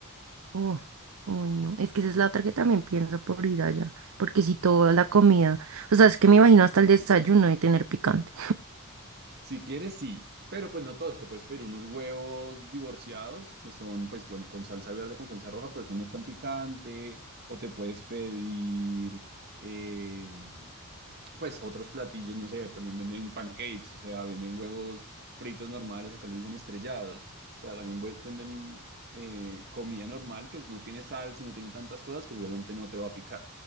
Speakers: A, on the right; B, on the right.
A: Uh, uy, no. Es que esa es la otra que también pienso por ir allá. Porque si toda la comida. O sea, es que me imagino hasta el desayuno de tener picante.
B: Si quieres, sí, pero pues no todos. Te puedes pedir unos huevos divorciados que son, pues bueno, con salsa verde, con salsa roja, pero eso no es tan picante. O te puedes pedir, eh, pues otros platillos, no sé, también venden pancakes, o sea, venden huevos fritos normales, acá les dicen estrellados, o sea, también vu- venden eh, comida normal que no tiene sal, si no tiene tantas cosas que seguramente no te va a picar.